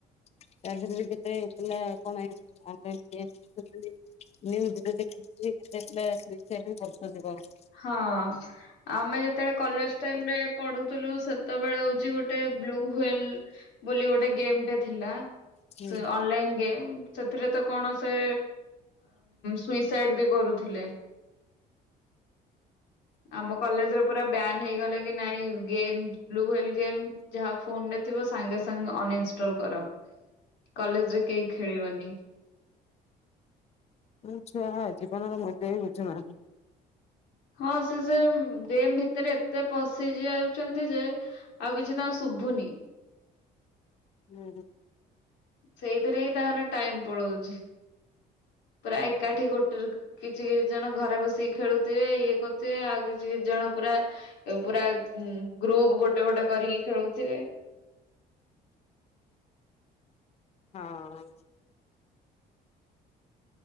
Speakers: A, on the left (about 40°); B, on the left (about 85°).
A: ତାଦେହରେ ବି କେତେ ପିଲା କଣ ଏନ୍ ଅନ୍ଲାଇନ୍ ଗେମ୍ ଦେଖିଲି, ନିଉଜ୍ ରେ ଦେଖିଥିଲି କେତେ ପିଲା ସ୍ଵିସାଇଡ୍ ରେ କରୁଚନ୍ତି କଣ।
B: ହଁ। ଆମେ ଯେତେବେଳେ କଲେଜ୍ ଟାଇମ୍ ରେ ପଢୁଥିଲୁ ସେତେବେଳେ ହୋଉଛି ଗୋଟେ ବ୍ଲୁ ହୁଏଲ୍ ବୋଲି ଗୋଟେ ଗେମ୍ ଟେ ଥିଲା,
A: ହୁଁ।
B: ସେ Online game. ସେଥିରେ ତ କଣ ସେ ସୁଇସାଇଡ୍ ବି କରୁଥିଲେ। ଆମ କଲେଜ ର ପୁରା ବ୍ୟାନ୍ ହେଇଗଲା କି ନାଇଁ ଗେମ୍ ବ୍ଲୁ ହ୍ୱେଲ ଗେମ୍ ଯାହା ଫୋନ୍ ରେ ଥିବ ସାଙ୍ଗେ ସାଙ୍ଗେ ଅନଇନଷ୍ଟଲ କର। କଲେଜରେ କେହି ଖେଳିବନି।
A: କୋଉ ଛୁଆ ଜୀବନର ମୂଲ୍ୟ ହିଁ ବୁଝୁନାହାନ୍ତି।
B: ହଁ ସେ ସେ ଗେମ୍ ଭିତରେ ଏତେ ପଶି ଯାଉଛନ୍ତି ଯେ ଆଉ କିଛି ତାଙ୍କୁ ଶୁଭୁନି।
A: ଉଁ ହୁଁ।
B: ସେଇଥିରେ ହିଁ ତାଙ୍କର ଟାଇମ ପଳଉଛି। ପ୍ରାୟ ଏକାଠି ଗୋଟ କିଛି କିଛି ଜଣ ଘରେ ବସିକି ଖେଳୁଥିବେ, ଇଏ କରୁଥିବେ, ଆଉ କିଛି କିଛି ଜଣ ପୁରା ପୁରା ଗ୍ରୁପ ଗୋଟେ ଗୋଟେ କରିକି ଖେଳୁଥିବେ।
A: ହଁ।